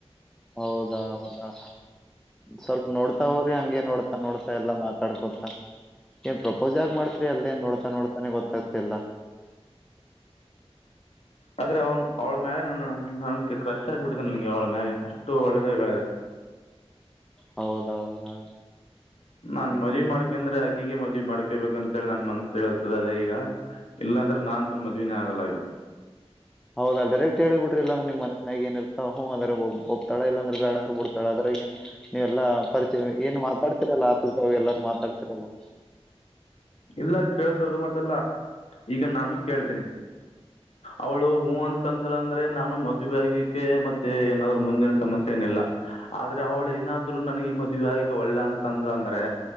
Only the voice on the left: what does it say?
ಆದ್ರೆ ಅವ್ನು ಅವ್ಳ ಮ್ಯಾಲ ನ ನನ್ ಕ್ರಶ್ ಆಗಿಬಿಟ್ಟಿದೆ ನನ್ಗೆ ಅವಳ ಮ್ಯಾಗೆ ಅಷ್ಟು ಒಳ್ಳೇದಗಿ
ನಾನ್ ಮದ್ವಿ ಮಾಡ್ಕಂದ್ರೆ ಆಕಿಗೆ ಮದ್ವಿ ಮಾಡ್ಕೊಬೇಕ ಅಂತೇಳಿ ನನ್ ಮನ್ಸ್ ಹೇಳ್ತಿದ್ದಾದೆ ಈಗ. ಇಲ್ಲಾಂದ್ರೆ ನಾನಂತೂ ಮದ್ವನೇ ಆಗಲ್ಲ ಈಗ.
ಇಲ್ಲ ಕೇಳ್ದ್ ದೊಡ್ಡು ಮಾತ್ತಲ್ಲ ಈಗ ನಾನು ಕೇಳ್ತೇನಿ. ಅವಳು ಹೂ ಅಂತಂದ್ರ ಅಂದ್ರೆ ನಾನು ಮದುವ್ಯಾಗಕ್ಕೆ ಮ ತ್ತೆ ಏನಾದ್ರು ಮುಂದಿನ ಸಮಸ್ಯೆ ಏನಿಲ್ಲ. ಆದ್ರೆ ಅವಳು ಏನಾದ್ರು ನನಗೆ ಮದ್ವಿಯಾಗಕ್ ಒಲ್ವ ಅಂತಂದ್ರೆ